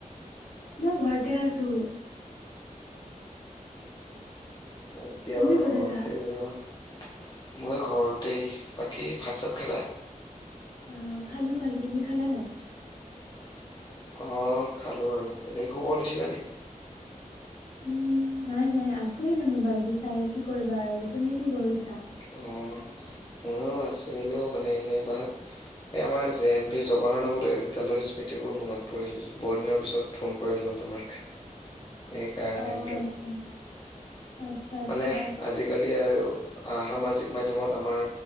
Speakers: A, on the left; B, on the left.
A: মই ঘৰতে আছো।
B: উম, এতিয়া
A: তুমি
B: বাৰু
A: ক'ত
B: ঘৰতে
A: আছা
B: <unintelligible> মই ঘৰতেই বাকী ভাত চাত খালা?
A: অ, খালো-খালো তুমি খালা নাই?
B: অ, খালো বাৰু এনেই শুব লৈছিলা নেকি?
A: উম নাই নাই আছোএনে মোবাইলটো চাই কি কৰিবা আৰু তুমি কি কৰিছা?
B: অ ময়ো আছো এনৈ মানে এনেই বাহাত এই আমাৰ জে এন ভি জৱাহৰ নৱোদয়ৰ বিদ্যালয়ৰ স্মৃতিবোৰ মনত পৰিল বহুত দিনৰ পিছত ফোন কৰিলো তোমাক সেইকাৰণে
A: অ
B: বুলো
A: <inaudible>
B: মানে
A: আচ্ছা
B: আজিকালি আৰু সামাজিক মাধ্যয়মত আমাৰ